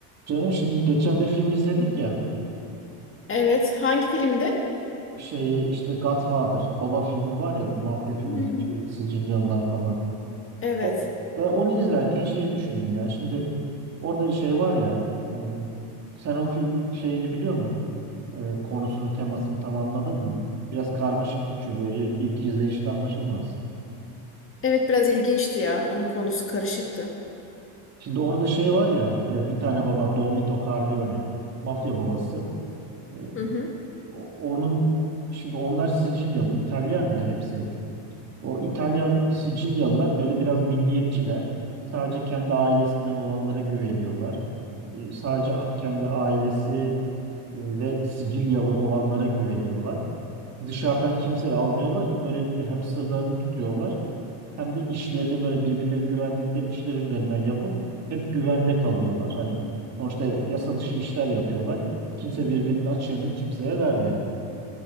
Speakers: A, on the right; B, on the left.
A: Canım şimdi geçen bir film izledik ya
B: Evet. Hangi filmdi?
A: şeyi işte Godfather baba filmi var ya bu mafya filmi
B: Hmm.
A: şey, Sicilyalılar falan.
B: Evet.
A: Ve ve onu izlerken şey düşündüm ya şimdi orada şey var ya e, sen o filmin şeyini biliyor mu? E, konusunu temasını tam anladın mı? Biraz karmaşık bir şey böyle ilk, ilk izleyişte anlaşılmaz.
B: Evet biraz ilginçti ya. Onun konusu karışıktı.
A: Şimdi orada şey var ya e, bir tane baba Don Vito Corleone mafya babası. E,
B: Hı hı.
A: o- onun şimdi onlar Sicilyalı İtalyan ya hepsi. O İtalyan Sicilyalılar böyle biraz milliyetçiler. Sadece kendi ailesinden olanlara güveniyorlar. E, Sadece kendi ailesi e, ve Sicilyalı olanlara güveniyorlar. Dışarıdan kimseyi almıyorlar ki böylelikle hem sırlarını tutuyorlar hem de işlerini böyle birbirleri güvendikleri kişiler üzerinden yapıp hep güvende kalıyorlar. Hani sonuçta yasa dışı işler yapıyorlar. Kimse birbirinin açığını kimseye vermiyor.